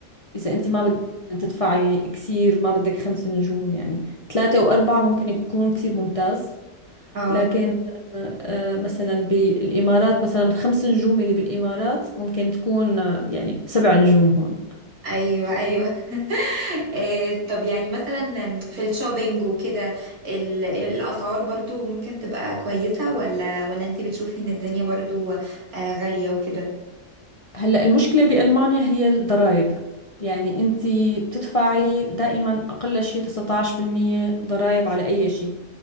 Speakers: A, on the left; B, on the right.
A: اذا انت ما بدك تدفعي كثير ما بدك خمس نجوم يعني ثلاثة وأربعة ممكن يكون كثير ممتاز
B: اه
A: لكن آه، آه، مثلا بالإمارات مثلا خمس نجوم اللي بالإمارات ممكن تكون آه، يعني سبع نجوم هون
B: ايوه ايوه <laughs> إيه طب يعني مثلا في الشوبينج وكده ال- الاسعار برضو ممكن تبقى كويسة ولا ولا انت بتشوفي ان الدنيا برضو آه، غالية وكده
A: هلا المشكلة بألمانيا هي الضرائب يعني انت بتدفعي دائما اقل شيء 19% ضرائب على اي شيء